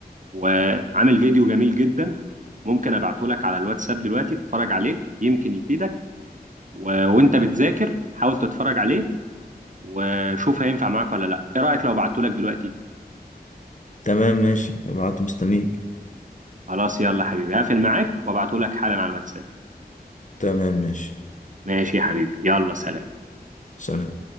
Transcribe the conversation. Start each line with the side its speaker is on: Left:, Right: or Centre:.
Right: وعامل فيديو جميل جدا ممكن ابعته لك على الواتساب دلوقتي تتفرج عليه يمكن يفيدك و... وانت بتذاكر حاول تتفرج عليه وشوف هينفع معاك ولا لا ايه رايك لو بعته لك دلوقتي
Left: تمام ماشي ابعته مستنيك
Right: خلاص يلا حبيبي هقفل معاك وابعته لك حالا على الواتساب
Left: تمام ماشي
Right: ماشي يا حبيبي يلا سلام
Left: سلام